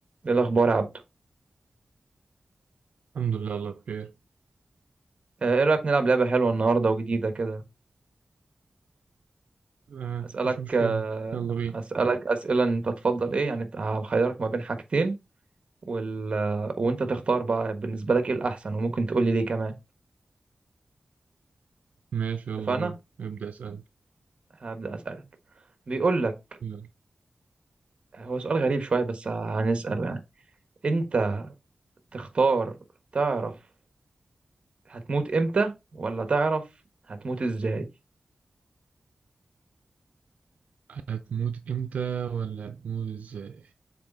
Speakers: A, on the right (about 45°); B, on the right (about 85°).
A: ايه الاخبار يا عبدو
B: الحمد لله الله بخير
A: آه، ايه رايك نلعب لعبه حلوه النهارده وجديده كده
B: آه
A: اسالك
B: مفيش مشكلة
A: آه،
B: يلا بينا
A: اسالك اسئله انت تفضل ايه يعني هخيرك ما بين حاجتين وال... آه، وانت تختار بقى بالنسبه لك ايه الاحسن وممكن تقول لي ليه كمان
B: ماشي يلا
A: اتفقنا
B: بينا ابدأ اسأل
A: هبدا اسالك بيقول لك
B: يلا
A: هو سؤال غريب شويه بس هنساله يعني انت تختار تعرف هتموت امتى ولا تعرف هتموت ازاي
B: هتموت امتى ولا هتموت ازاي